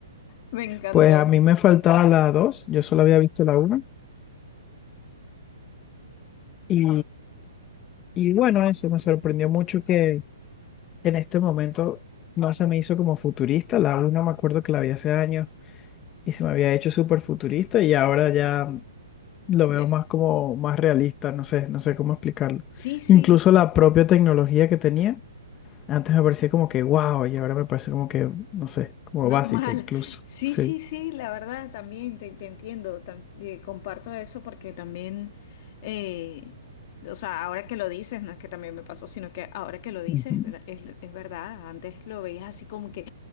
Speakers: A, on the left (about 45°); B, on the left (about 25°).
A: Me encantó.
B: Pues a mí me faltaba la dos yo solo había visto la una Y, y bueno, eso me sorprendió mucho que en este momento no se me hizo como futurista. La una me acuerdo que la vi hace años y se me había hecho súper futurista y ahora ya lo
A: Ya.
B: veo más como más realista, no sé, no sé cómo explicarlo.
A: Sí, sí,
B: Incluso la propia tecnología que tenía. Antes me parecía como que wow, y ahora me parece como que, no sé, como
A: Normal.
B: básica incluso.
A: Sí,
B: Sí,
A: sí, sí, la verdad también te, te entiendo. tam- eh, comparto eso porque también, eh, o sea, ahora que lo dices, no es que también me pasó, sino que ahora que lo dices,
B: Ujú.
A: ver- es, es verdad. Antes lo veías así como que,